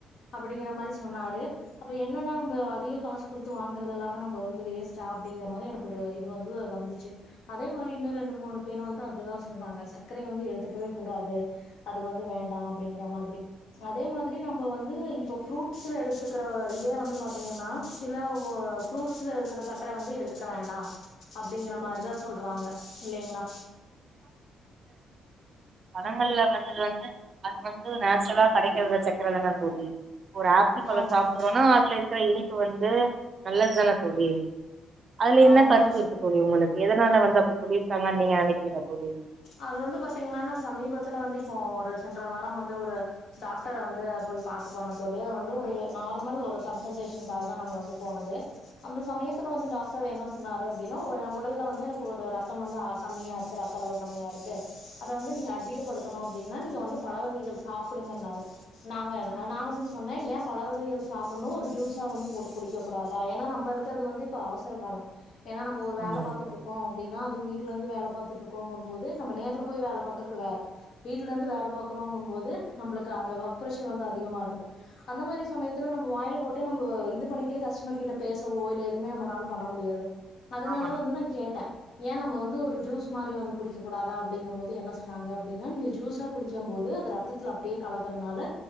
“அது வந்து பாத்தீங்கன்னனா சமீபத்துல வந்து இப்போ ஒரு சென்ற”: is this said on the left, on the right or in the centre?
Left